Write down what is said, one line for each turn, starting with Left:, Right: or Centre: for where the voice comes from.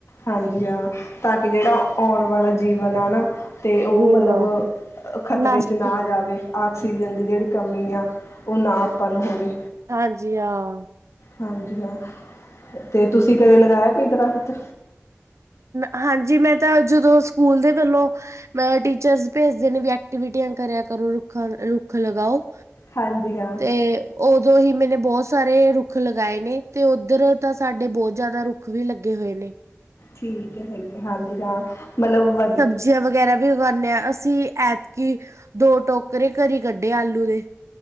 Left: ਹਾਂਜੀ ਹਾਂ, ਤਾਂ ਕਿ ਜਿਹੜਾ ਆਉਣ ਵਾਲਾ ਜੀਵਨ ਆ ਨਾ ਤੇ ਉਹ
Right: ਹਾਂਜੀ
Left: ਮਤਲਬ
Right: ਹਾਂ।
Left: ਖਤਰੇ
Right: ਨਾਸ਼ਤੇ
Left: ਜਾਵੇ ਆਕਸੀਜਨ ਦੀ ਜਿਹੜੀ ਕਮੀ ਆ, ਉਹ ਨਾ ਆਪਾਂ ਨੂੰ ਹੋਵੇ।
Right: ਹਾਂਜੀ ਹਾਂ।
Left: ਹਾਂਜੀ ਹਾਂ, ਤੇ ਤੁਸੀਂ ਕਦੇ ਲਗਾਇਆ ਕੋਈ ਦਰਖਤ?
Right: ਹਾਂਜੀ ਮੈਂ ਤਾਂ ਜਦੋਂ ਸਕੂਲ ਦੇ ਵੱਲੋਂ ਮੈਂ ਟੀਚਰਜ ਭੇਜਦੇ ਨੇ ਵੀ ਐਕਟੀਵਿਟੀਆਂ ਕਰਿਆ ਕਰੋ ਰੁੱਖ ਰੁੱਖ ਲਗਾਓ।
Left: ਹਾਂਜੀ ਹਾਂ।
Right: ਤੇ ਉਦੋਂ ਹੀ ਮੈਨੇ ਬਹੁਤ ਸਾਰੇ ਰੁੱਖ ਲਗਾਏ ਨੇ ਤੇ ਉੱਧਰ ਤਾਂ ਸਾਡੇ ਬਹੁਤ ਜ਼ਿਆਦਾ ਰੁੱਖ ਰੁੱਖ ਵੀ ਲੱਗੇ ਹੋਏ ਨੇ।
Left: ਠੀਕ ਹੈ ਠੀਕ ਹੈ ਹਾਂਜੀ ਹਾਂ, ਮਤਲਬ ਵਧ-
Right: ਜ ਵਗੈਰਾ ਵੀ ਉਗਾਨੇ ਆ ਅਸੀਂ ਐਤਕੀ ਦੋ ਟੋਕਰੇ ਘਰੇ ਕੱਢੇ ਆਲੂ ਦੇ।